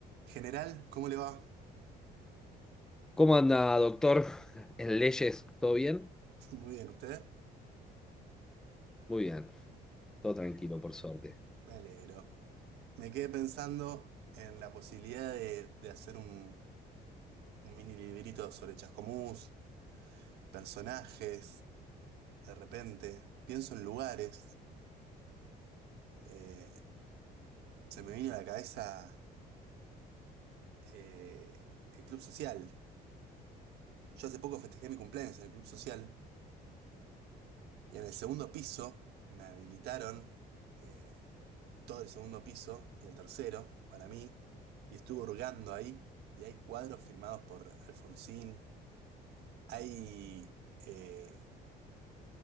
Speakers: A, on the right (about 75°); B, in the centre.
A: General, ¿cómo le va?
B: ¿Cómo anda, doctor? ¿En leyes? ¿Todo bien?
A: <laughs> Muy bien, ¿usted?
B: Muy bien, todo tranquilo, por suerte.
A: Me alegro. Me quedé pensando en la posibilidad de, de hacer un, un mini librito sobre Chascomús, personajes, de repente. Pienso en lugares. eh, se me vino a la cabeza eh, el Club Social. Yo hace poco festejé mi cumpleaños en el Club Social y en el segundo piso me habilitaron. eh, todo el segundo piso y el tercero para mí, y estuve hurgando ahí, y hay cuadros firmados por Alfonsín, hay eh,